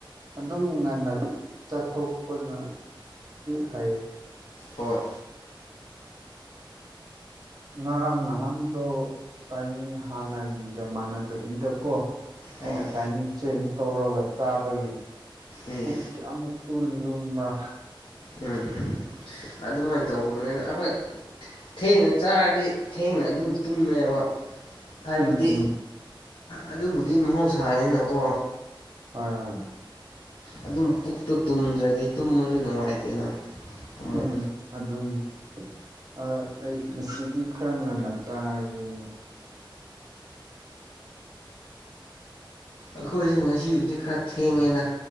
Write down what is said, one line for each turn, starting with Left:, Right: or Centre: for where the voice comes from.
Right: ꯑꯗꯨꯝ ꯉꯟꯅ ꯆꯠꯊꯣꯛꯄꯅ꯫ ꯎꯝ ꯍꯩ
Left: ꯍꯣꯏ
Right: ꯉꯔꯥꯡ ꯅꯍꯥꯟꯗꯣ ꯇꯥꯏꯃꯤꯡ ꯍꯥꯟꯅꯒꯤꯒ ꯃꯥꯟꯅꯗꯕꯤꯗꯀꯣ꯫ ꯑꯩꯅ
Left: ꯑꯣ
Right: ꯇꯥꯏꯃꯤꯡ ꯆꯦꯟꯖ ꯇꯧꯔꯒ ꯆꯥꯕꯒꯤ꯫
Left: ꯎꯝ
Right: ꯄꯨꯛꯀꯤ ꯑꯃꯨꯛꯁꯨ ꯂꯨꯝꯕ꯭ꯔꯥ꯫
Left: ꯎꯝ ꯎꯝ꯫ ꯑꯗꯨꯃꯥꯏꯅ ꯇꯧꯕꯅꯤꯅ ꯑꯍꯣꯏ꯫ ꯊꯦꯡꯅ ꯆꯥꯔꯗꯤ ꯊꯦꯡꯅ ꯑꯗꯨꯝ ꯇꯨꯝꯃꯦꯕ ꯍꯥꯏꯕꯗꯤ
Right: ꯎꯝ ꯎꯝ
Left: ꯑꯗꯨꯕꯨꯗꯤ ꯃꯍꯧꯁꯥꯅꯤꯅꯀꯣ
Right: ꯍꯣꯏ ꯍꯣꯏ꯫
Left: ꯑꯗꯨꯝ ꯄꯨꯛꯇꯣ ꯇꯨꯝꯗ꯭ꯔꯗꯤ ꯇꯨꯝꯃꯁꯨ ꯅꯨꯡꯉꯥꯏꯇꯦꯅ꯫ ꯑꯃꯨꯛ
Right: ꯎꯝ꯫ ꯑꯗꯨꯅꯤ ꯑꯥ ꯑꯩ ꯉꯁꯤꯗꯤ ꯈ꯭ꯔꯥ ꯉꯟꯅ ꯇꯔꯒꯦ
Left: ꯑꯩꯈꯣꯏꯖꯨ ꯉꯁꯤꯕꯨꯗꯤ ꯈꯔ ꯊꯦꯡꯉꯦꯗ